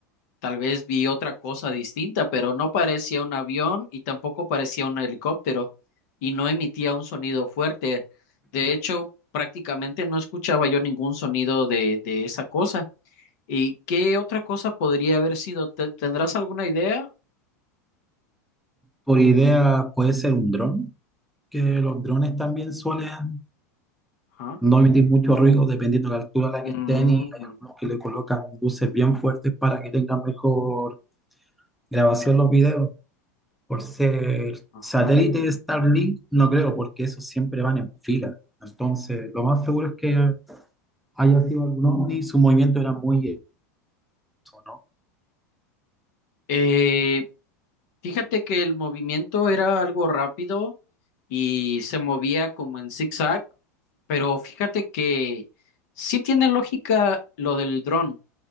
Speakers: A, on the left; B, in the centre.
A: tal vez vi otra cosa distinta, pero no parecía un avión y tampoco parecía un helicóptero y no emitía un sonido fuerte. De hecho, prácticamente no escuchaba yo ningún sonido de, de esa cosa. ¿Y qué otra cosa podría haber sido? ¿Te- ¿Tendrás alguna idea?
B: Por idea puede ser un dron, que los drones también suelen
A: Ajá.
B: no emitir mucho ruido dependiendo de la altura a la
A: Mm,
B: que estén y hay algunos que le colocan luces bien fuertes para que tengan mejor grabación los videos. Por ser
A: ajá.
B: satélite de Starlink, no creo, porque esos siempre van en fila. Entonces, lo más seguro es que haya sido algún ovni, su movimiento era muy eso, ¿no?
A: Eh, fíjate que el movimiento era algo rápido y se movía como en zigzag, pero fíjate que sí tiene lógica lo del dron.